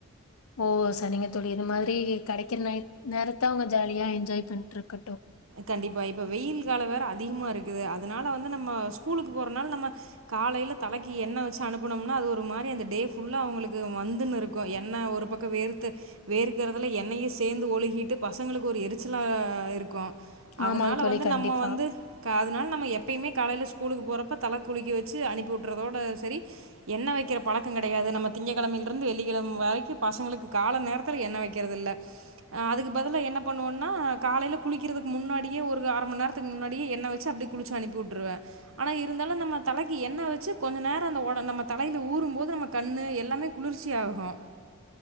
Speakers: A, on the left (about 80°); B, on the right (about 65°).
A: ஓ சரிங்க தோழி இது மாதிரி கெடைக்கிற நைட் நேரத்த அவங்க ஜாலியா என்ஜாய் பண்ட்டு இருக்கட்டும்
B: கண்டிப்பா இப்ப வெயில் காலம் வேற அதிகமா இருக்குது அதனால வந்து நம்ம ஸ்கூலுக்கு போறனால நம்ம காலையில தலைக்கு எண்ணெ வச்சு அனுப்புனோம்னா அது ஒரு மாரி அந்த டே ஃபுல்லா அவங்களுக்கு வந்துன்னு இருக்கு எண்ணெ ஒரு பக்கம் வேர்த்து வேர்க்கறதுல எண்ணெயு சேந்து ஒழுகிட்டு பசங்களுக்கு ஒரு எரிச்சலா இருக்கு அதனால
A: ஆமாங்க தோழி
B: வந்து
A: கண்டிப்பா
B: நம்ம வந்து அதனால நம்ம எப்பயுமே காலல ஸ்கூலுக்கு போறப்ப தலை குளிக்கவச்சு அனுப்பி விட்டுறதோட சரி எண்ண வைக்கிற பழக்க கெடையாது திங்க கிழமை இருந்து வெள்ளிழமை வரை பசங்களுக்கு கால நேரத்தில் எண்ண வைக்கிறது அதுக்கு பதில என்ன பண்ண காலில குளிக் குக்கிறதுதுக்கு முன்னாடியே ஒரு அரை மணி நேரத்துக்கு முன்னாடியே எண்ணெய வச்சு அப்படி குளிச்சு அனுப்பி விட்டுருவே ஆனா இருந்தாலு நம்ம தலைக்கு எண்ணெய வச்சு கொஞ்ச நேர அந்த நம்ம தையில ஊறும்போது நம்ம கண்ணு எல்லாமே குளிர்ச்சி ஆகு